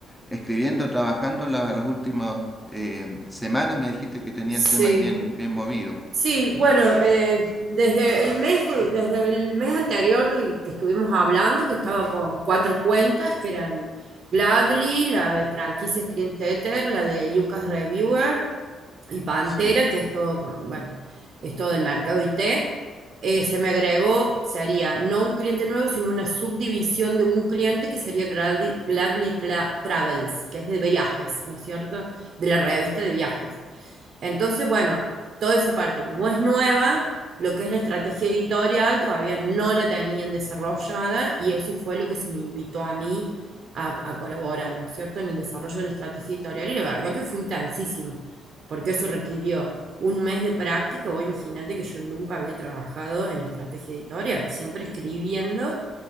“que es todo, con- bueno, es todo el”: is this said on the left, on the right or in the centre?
Right